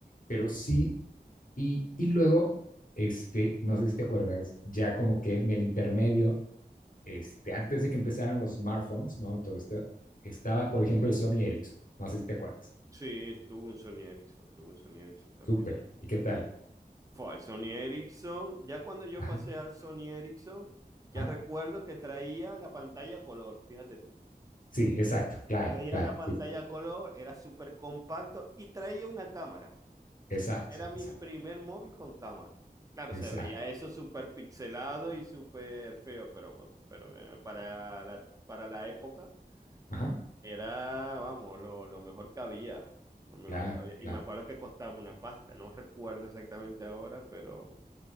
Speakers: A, on the left; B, on the right.
A: pero sí, y, y luego, este, no sé si te acuerdas, ya como que en el intermedio, este, antes de que empezaran los smartphones, ¿no? Y todo esto, estaba, por ejemplo, el Sony Ericsson, no sé si te acuerdas.
B: sí, tuve un Sony Ericsson, tuve un Sony Ericsson también.
A: Súper, ¿y qué tal?
B: Fue al Sony Ericsson, ya cuando yo
A: Ajá,
B: pasé al Sony Ericsson, ya
A: ajá.
B: recuerdo que traía la pantalla a color, fíjate tú.
A: Sí, exacto, claro,
B: Traía
A: claro,
B: la pantalla
A: sí, sí, sí.
B: a color, era súper compacto y traía una cámara.
A: Exacto,
B: Era mi
A: exacto,
B: primer móvil con cámara. Claro,
A: exacto,
B: se veía eso súper pixelado y súper feo, pero, bueno, pero eh, para la, para la época
A: ajá,
B: era, vamos, lo, lo mejor que había. Lo mejor
A: claro.
B: que había.
A: Claro.
B: Y me acuerdo que costaba una pasta, no recuerdo exactamente ahora, pero,